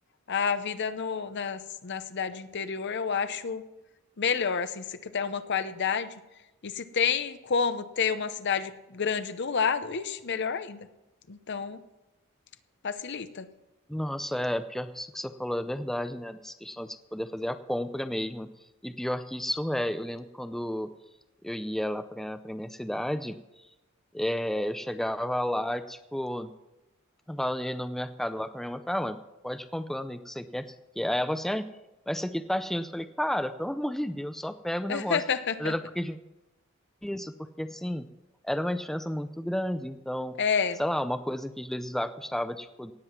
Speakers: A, on the left; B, in the centre.
A: a vida no, na, na cidade interior eu acho melhor, assim, se tem uma qualidade. E se tem como ter uma cidade grande do lado, ixi, melhor ainda. Então, facilita.
B: Nossa, é pior que isso que você falou, é verdade, né? Nessa questão de você poder fazer a compra mesmo. E pior que isso é, eu lembro quando eu ia lá pra, pra minha cidade, é, eu chegava lá, tipo, eu tava ali no mercado lá com a minha mãe, falava, ah, mãe, pode ir comprando aí o que você quer, o que você quer. Aí ela falou assim, ai, mas isso aqui tá cheio. Eu falei, cara, pelo amor de Deus, só pega o
A: <laughs>
B: negócio. Mas era porque isso, porque assim, era uma diferença muito grande. Então,
A: É,
B: sei lá, uma coisa que às vezes lá custava, tipo,